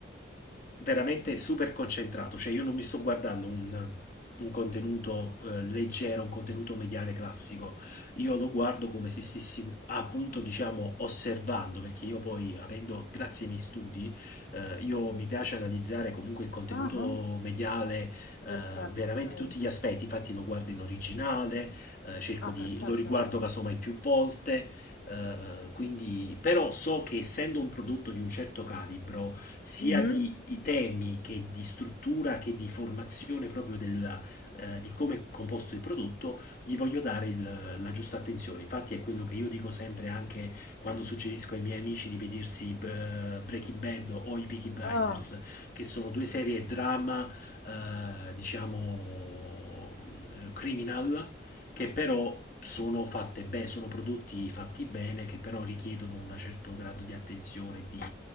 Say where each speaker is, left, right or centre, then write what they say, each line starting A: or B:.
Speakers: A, on the left; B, on the left.
A: veramente super concentrato, cioè io non mi sto guardando un, un contenuto eh, leggero, un contenuto mediale classico, io lo guardo come se stessi appunto diciamo osservando, perché io poi avendo, grazie ai miei studi, eh, io mi piace analizzare comunque il contenuto
B: Ah, ah,
A: mediale,
B: perfetto,
A: eh, veramente
B: ok.
A: tutti gli aspetti, infatti lo guardo in originale, eh, cerco
B: Ah, perfetto.
A: di, lo riguardo casomai più volte, eh, quindi, però so che essendo un prodotto di un certo calibro, sia
B: mhm.
A: di i temi che di struttura che di formazione proprio del, eh, di come è composto il prodotto, gli voglio dare il- la giusta attenzione. Infatti è quello che io dico sempre anche quando suggerisco ai miei amici di vedersi eh, Breaking
B: Mm.
A: Bad o i Peaky Blinders,
B: Ah.
A: che sono due serie drama, eh, diciamo, eh, criminal che però sono fatte bene, sono prodotti fatti bene, che però richiedono un certo grado di attenzione e di,